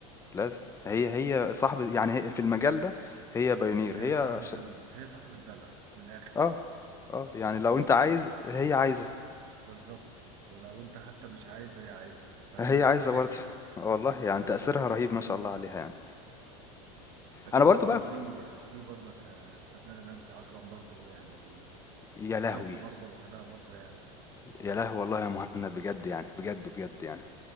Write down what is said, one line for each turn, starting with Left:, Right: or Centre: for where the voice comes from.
Left: لازم هي هي صاحبة يعني هي في المجال ده هي بايونير
Right: هي
Left: هي
Right: صاحبة
Left: ش...
Right: ال... هي صاحبة الدلع من الاخر
Left: اه اه يعني لو أنت عايز هي عايزة
Right: بالظبط ولو انت حتى مش عايزة هي عايزة في اي
Left: هي
Right: وقت
Left: عايزة برضه والله يعني تأثيرها رهيب ما شاء الله عليها يعني
Right: <laughs> بس
Left: أنا برضه
Right: برضك
Left: بقى
Right: في في برضك آه، فنانة نانسي عجرم برضه يعني
Left: يا لهوي
Right: قصة برضه لوحدها برضه يعني
Left: يا لهوي والله يا مهند بجد يعني بجد بجد يعني